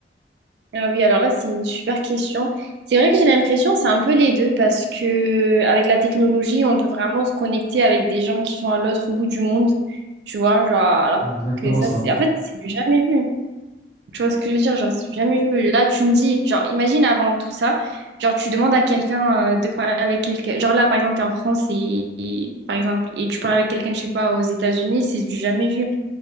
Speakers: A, on the right; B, on the left.
A: Ah oui, alors là, c'est une super question. C'est vrai que j'ai l'impression, c'est un peu les deux parce que avec la technologie, on peut vraiment se connecter avec des gens qui sont à l'autre bout du monde, tu vois, genre, alors
B: C'est Exactement
A: que ça,
B: ça.
A: c'est, en fait, c'est du jamais vu. Tu vois ce que je veux dire? Genre, c'est jamais vu. Là, tu me dis, genre, imagine avant tout ça, genre, tu demandes à quelqu'un euh, de parler avec quelqu'un. Genre, là, par exemple, t'es en France et, et- par exemple, et tu parles avec quelqu'un, je sais pas, aux États-Unis, c'est du jamais vu.